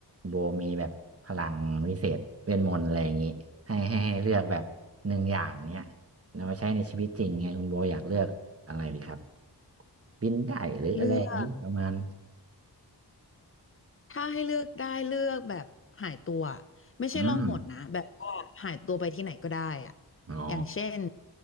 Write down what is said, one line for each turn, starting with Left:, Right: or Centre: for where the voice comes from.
Right: โบมีแบบพลังวิเศษเวทมนต์อะไรอย่างงี้ให้ให้ให้เลือกแบบหนึ่งอย่างเนี้ยนำมาใช้ในชีวิตจริงไงคุณโบอยากเลือกอะไรดีครับบินได้หรืออะไรอย่างนี้ประมาณ
Left: เลือกถ้าให้เลือกได้เลือกแบบหายตัวไม่ใช่ล่องหนนะแบบว่าหายตัวไปที่ไหนก็ได้อะ
Right: อืมอ๋อ
Left: อย่างเช่น